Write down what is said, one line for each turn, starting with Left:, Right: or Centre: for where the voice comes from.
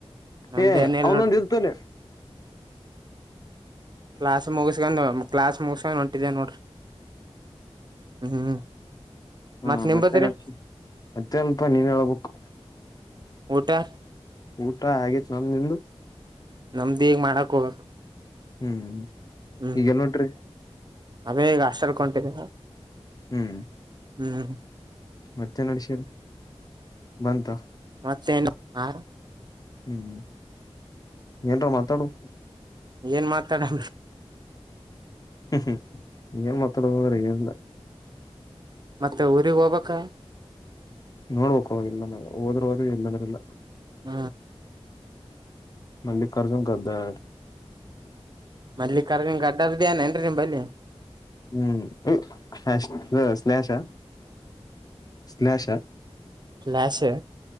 Right: ನಮ್ದ
Left: ಏ
Right: ಏನ್ ಇಲ್
Left: ಅವನೊಂದ
Right: ನೋಡ್ರಿ
Left: ತ್ತನೆ
Right: ಕ್ಲಾಸ್ ಮುಗಿಸಸ್ಕೊಂಡ ಕ್ಲಾಸ್ ಮುಗಸ್ಕೊಂಡು ಹೊಂಟಿದೆ ನೋಡ್ರಿ ಹ್ಮ್
Left: ಹ್ಮ
Right: ಮತ್ ನಿಂಬದ್ರಿ
Left: ಮತ್ತೆ ನ ಮತ್ತೆನ್ಪ ನೀನ್ ಹೇಳ್ಬೇಕು
Right: ಊಟಾ
Left: ಊಟ ಆಗೇತಿ ನೋಡ್ ನಿಮ್ಮದು
Right: ನಮ್ದ್ ಇಗ್ ಮಾಡಕ್ ಹೋಗಬೇಕು
Left: ಹ್ಮ್
Right: ಹ್ಮ್
Left: ಈಗಲ್ ನೋಟ್ರಿ
Right: ಅದೇ ಈಗ ಹಾಸ್ಟೆಲ್ಗೊಂಟೀನಿ
Left: ಹ್ಮ್
Right: ಹ್ಮ್
Left: ಮತ್ತೆ ನಡ್ಸರಿ ಬಂತ
Right: ಮತ್ತೇನು ಆರು
Left: ಹ್ಮ್ ಏನ್ರ ಮಾತಾಡು
Right: ಏನ್ ಮಾತಾಡಣ
Left: ಹ್ಮ್ ಏನ್ ಮಾತಾಡದು ಅಂದ್ರೆ ಏನಿಲ್ಲ
Right: ಮತ್ತೆ ಊರಿಗ್ ಹೋಗ್ಬೇಕಾ
Left: ನೋಡ್ಬೇಕು ಇಲ್ಲಂದ ಹೋದ್ರ ಹೋದೆ ಇಲ್ಲಂದ್ರ ಇಲ್ಲ
Right: ಹ
Left: ಮಲ್ಲಿಕಾರ್ಜುನ್ ಗದ್ದ
Right: ಮಲ್ಲಿ ಕರ್ಗನ್ ಗಡ್ಡದ್ದೇಏೇನ್ರಿ ನಿಮ ಬಳಿ
Left: ಹ್ಮ್ ಹ ಸ್ಲಾಷ ಸ್ಲಾಷ
Right: ಸ್ಲಾಶ್ ಹ